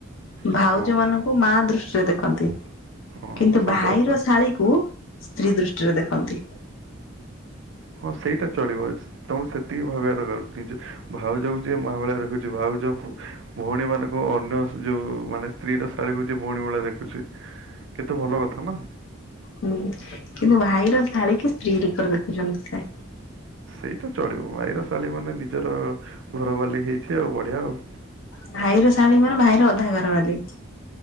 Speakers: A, on the right; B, on the left.
A: ହଁ
B: ଭାଉଜ ମାନଙ୍କୁ ମା ଦୃଷ୍ଟିରେ ଦେଖନ୍ତି।
A: ହଁ
B: କିନ୍ତୁ
A: ସତ
B: ଭାଇର
A: କଥା
B: ଶାଳୀକୁ ସ୍ତ୍ରୀ ଦୃଷ୍ଟିରେ ଦେଖନ୍ତି।
A: ହଁ ସେଇଟା ଚଳିବ ତମେ ସେତିକି ଭାବିବା ଦରକାର ଭାଉଜକୁ ଯିଏ ମା ଭଳିଆ ଦେଖୁଚି ଭାଉ ଜ ଭଉଣୀ ମାନଙ୍କୁ ଅନ୍ୟ ଯୋଉ ମାନେ ସ୍ତ୍ରୀ ର ଶାଳୀକୁ ଯିଏ ଭଉଣୀ ଭଳିଆ ଦେଖୁଚି କେତେ ଭଲ କଥା ନା।
B: ହୁଁ କିନ୍ତୁ ଭାଇର ଶାଳୀ କି ସ୍ତ୍ରୀ ରୂପରେ ଦେଖୁଚନ୍ତି ସେ।
A: ଏଇଟା ଚଳିବ ଭାଇର ଶାଳୀ ମାନେ ନିଜର ଘର ବାଲି ହେଇଚି ଆଉ ବଢିଆ ଆଉ।
B: ଭାଇର ଶାଳୀ ମାନେ ଭାଇର ଅଧା ଘର ବାଲି।